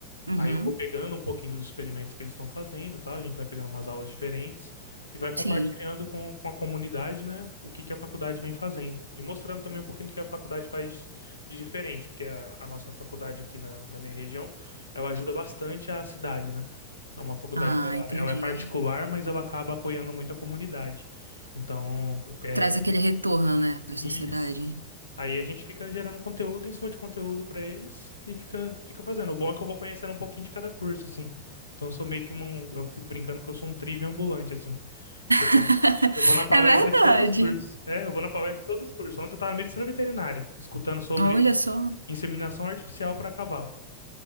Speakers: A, on the right (about 85°); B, on the left (about 80°).
A: Uhum.
B: Aí eu vou pegando um pouquinho dos experimentos que eles estão fazendo, tá? A gente vai pegando umas aulas diferentes e vai compartilhando
A: Sim.
B: com, com a comunidade, né? O que que a faculdade vem fazendo. E mostrando também um pouquinho do que a faculdade faz de diferente, porque a, a nossa faculdade aqui na, na minha região, ela ajuda bastante a cidade, né? É uma faculdade
A: Ah,
B: que ela,
A: entendi.
B: ela é particular, mas ela acaba apoiando muito a comunidade. Então, é,
A: Traz aquele retorno, né, pra sociedade.
B: isso. Aí a gente fica gerando conteúdo em cima de conteúdo pra eles e fica, fica fazendo. O bom é que eu vou conhecendo um pouquinho de cada curso, assim. Então eu sou meio que um. Eu fico brincando que eu sou um trivia ambulante, assim. Porque eu vou,
A: <laughs>
B: eu vou na palestra
A: É verdade.
B: de todos os cursos. É, eu vou na palestra de todos os cursos. Ontem eu tava na medicina veterinária, escutando sobre
A: Olha só.
B: inseminação artificial pra cavalo.